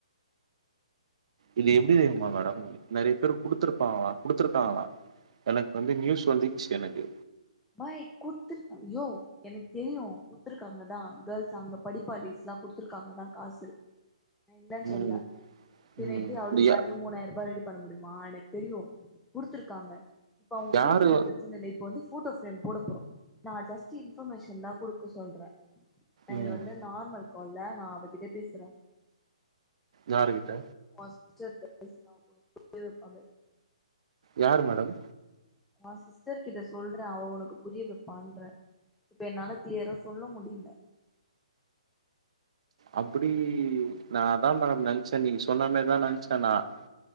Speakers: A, on the right; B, in the centre.
A: இது எப்டி தெரியுமா மேடம் நறையா பேர் குடுத்துருப்பாங்களா குடுத்துருக்காங்களா எனக்கு வந்து நியூஸ் வந்துடூச்சு எனக்கு
B: பாய் கொடுத்துருக்க யோ எனக்கு தெரியும் குடுத்துருக்காங்க தான் கேள்ஸ் அங்க படிப்பாளிஸ்ல்லாம் கொடுத்துருக்காங்க தான் காசு நா இல்லன்னு
A: ம்
B: சொல்ல பின்ன
A: ம்
B: எப்டி அவளுங்களாலேயே
A: இந்த யா
B: மூணாயிரறூபா ரெடி பண்ண முடியுமா எனக்கு தெரியு குடுத்துருக்காங்க இப்ப அவுங்க
A: யாரு
B: குடுத்தது பிரச்சன இல்ல இப்ப வந்து போட்டோ ஃப்ரேம் போட போறோம் நா ஜஸ்ட் இன்பர்மேஷன் தான் குடுக்க சொல்ற நான்
A: ம்
B: இது வந்து நார்மல் கால்ல நான் அவகிட்ட பேசுறே
A: யாருக்கிட்ட
B: <inaudible>
A: யார் மேடம்
B: நான் சிஸ்டர் கிட்ட சொல்றேன் அவ உனக்கு புரியவைப்பான்றே இப்ப என்னால கிளியரா சொல்ல முடில
A: அப்டி நான் அதான் ந நினச்சேன் நீ சொன்ன மாரிதான் நினச்சே நான்